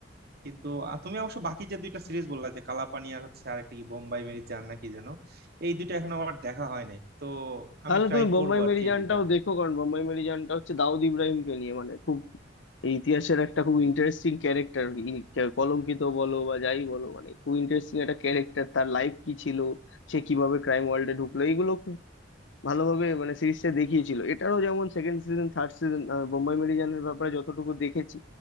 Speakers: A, on the right (about 55°); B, on the left (about 70°).
A: কিন্তু আ- তুমি অবশ্য বাকি যে দুইটা সিরিজ বললা যে কালাপানি আর হচ্ছে আরেকটা কি বোম্বাই মেরি জান নাকি যেন এই দুইটা এখন আমার দেখা হয় নাই তো আমি
B: তাহলে
A: ট্রাই
B: তুমি বোম্বাই
A: করবো আর
B: মেরিজানটাও
A: কি এই দুইটা
B: দেখো কারণ বোম্বাই মেরিজানটা হচ্ছে দাউদ ইব্রাহিমকে নিয়ে মানে খুব এই ইতিহাসের একটা খুব ইন্টারেস্টিং ক্যারেক্টার কলঙ্কিত বলো বা যাই বলো মানে খুব ইন্টারেস্টিং একটা ক্যারেক্টার তার লাইফ কি ছিল সে কিভাবে ক্রাইম ওয়ার্ল্ডে ঢুকলো এইগুলো খুব ভালোভাবে মানে সিরিজটা দেখিয়েছিল এটারও যেমন second season third season Bambai মেরিজানের ব্যাপারে যতটুকু দেখেছি